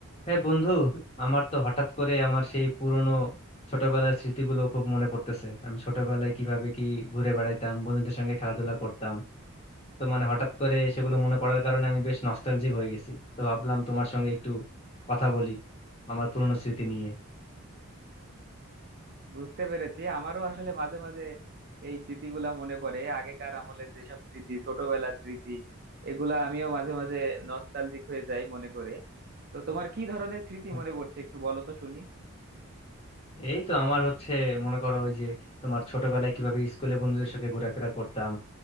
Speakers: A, on the left; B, on the right.
A: হ্যাঁ বন্ধু আমার তো হঠাৎ করে আমার সেই পুরনো ছোটবেলার স্মৃতিগুলো খুব মনে পড়তেছে আমি ছোটবেলায় কিভাবে কি ঘুরে বেড়াইতাম বন্ধুদের সঙ্গে খেলাধুলা করতাম তো মানে হঠাৎ করে সেগুলো মনে পড়ার কারণে আমি বেশ নস্টালজিক হয়ে গেছি তো ভাবলাম তোমার সঙ্গে একটু কথা বলি আমার পুরনো স্মৃতি নিয়ে
B: বুঝতে পেরেছি আমারও আসলে মাঝে মাঝে এই স্মৃতিগুলা মনে পড়ে আগেকার আমলে যেসব স্মৃতি ছোটবেলার স্মৃতি এগুলা আমিও মাঝে মাঝে নস্টালজিক হয়ে যাই মনে করে তো তোমার কি ধরনের স্মৃতি
A: হ্যাঁ,
B: মনে পড়ছে একটু বলো তো শুনি
A: এই তো আমার হচ্ছে মনে করো ওই যে তোমার ছোটবেলায় কিভাবে স্কুলে বন্ধুদের সঙ্গে ঘোরাফেরা করতাম